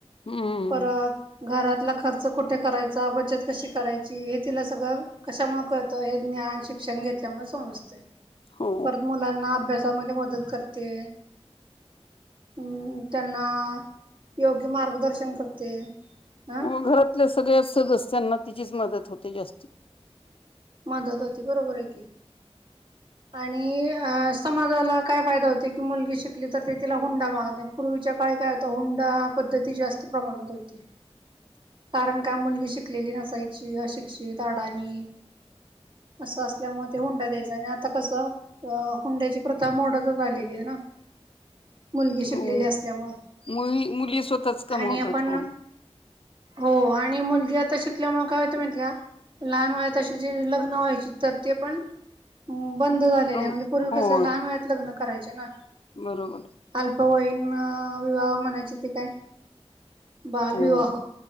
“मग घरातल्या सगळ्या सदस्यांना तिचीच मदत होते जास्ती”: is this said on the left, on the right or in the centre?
Left